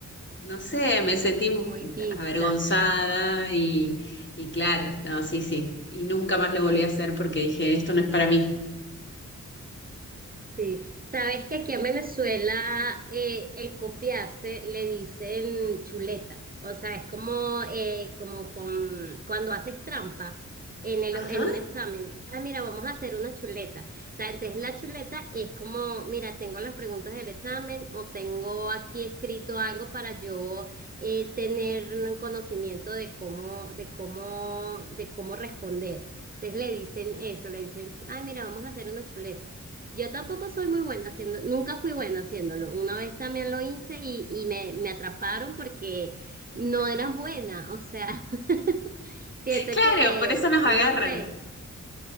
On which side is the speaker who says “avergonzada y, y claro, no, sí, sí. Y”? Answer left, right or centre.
Left